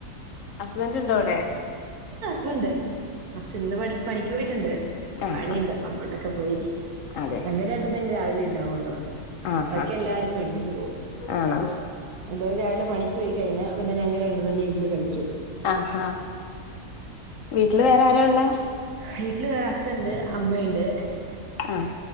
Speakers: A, on the left (about 65°); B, on the right (about 80°).
A: ഹസ്ബൻറ് ഉണ്ടോ അവിടെ
B: ണ്ട് ണ്ട് അസ് ഇന്ന് പണി പണിക്ക് പോയിട്ടുണ്ട്
A: ആഹാ
B: പണിയുണ്ട് അപ്പ അങ്ങോട്ടൊക്കെ പോയി
A: അതെ
B: ഞങ്ങ രണ്ട തന്നെ രാവിലെ ഉണ്ടാവുള്ളോ
A: ആഹാ
B: ബാക്കി എല്ലാരും പ ണിക് പോവും
A: ആണോ
B: അല്ല രാവിലെ പണിക്ക് പോയി കഴിഞ്ഞാൽ പിന്നെ ഞങ്ങൾ രണ്ടു തന്നെ ഇരുന്ന് കളിക്കും ഉം
A: ആഹാ വീട്ടില് വേറെ ആരാ ഉള്ളെ
B: വീട്ടിൽ വേറെ അസുണ്ട് അമ്മയുണ്ട്
A: ആഹ്